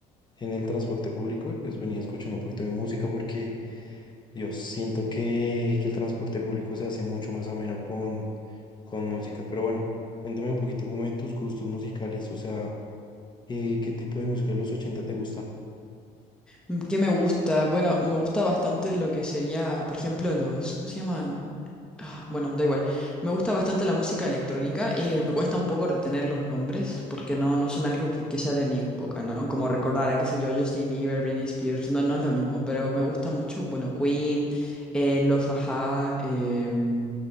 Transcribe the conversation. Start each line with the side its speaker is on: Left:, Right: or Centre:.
Left: en el transporte público y pues venía escuchando un poquito de música porque, Dios, siento que, que el transporte público se hace mucho más ameno con, con música. Pero bueno, cuéntame un poquito como de tus gustos musicales, o sea, ¿qué, qué tipo de música de los ochenta te gusta?
Centre: Mm, ¿Qué me gusta? Bueno, me gusta bastante lo que sería, por ejemplo, los... ¿Cómo se llaman? Ah, bueno, da igual. Me gusta bastante la música electrónica. eh, me cuesta un poco retener los nombres porque no, no son algo que, que sea de mi época, ¿no? Como recordar a, qué sé yo, Justin Bieber, Britney Spears. No, no es lo mismo, pero me gusta mucho, bueno, Queen, eh, los Ajá, em,